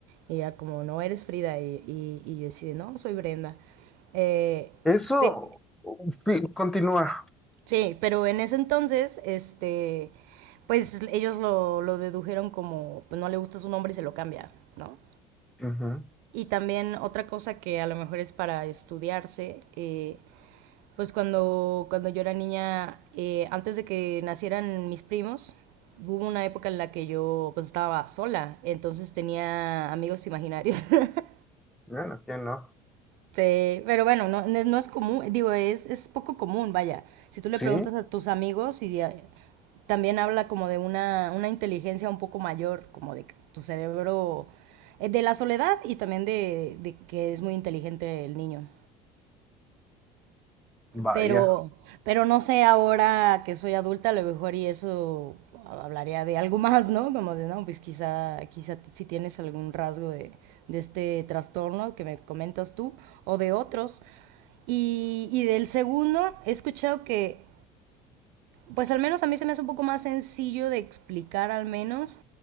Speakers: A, on the right; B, in the centre.
A: Y ella como, no, eres Frida. Y, y- y yo decía, no, soy Brenda. Eh,
B: Eso,
A: pe-
B: sí, continúa.
A: sí, pero en ese entonces, este, pues ellos lo, lo dedujeron como, pues no le gusta su nombre y se lo cambia, ¿no?
B: Ujú.
A: Y también otra cosa que a lo mejor es para estudiarse, eh, Pues cuando, cuando yo era niña, eh, antes de que nacieran mis primos, hubo una época en la que yo pues estaba sola, entonces tenía amigos imaginarios. <laughs>
B: Bueno, ¿quién no?
A: Sí, pero bueno, no, no es no es común, digo, es, es poco común, vaya. Si tú le
B: Sí,
A: preguntas a tus amigos y a- también habla como de una, una inteligencia un poco mayor, como de que tu cerebro, eh, de la soledad y también de, de que es muy inteligente el niño.
B: vaya.
A: Pero, pero no sé, ahora que soy adulta, a lo mejor y eso hablaría de algo más, ¿no? Como de, no, pues quizá, quizá si tienes algún rasgo de, de este trastorno que me comentas tú o de otros. Y, y del segundo, he escuchado que, pues al menos a mí se me hace un poco más sencillo de explicar al menos,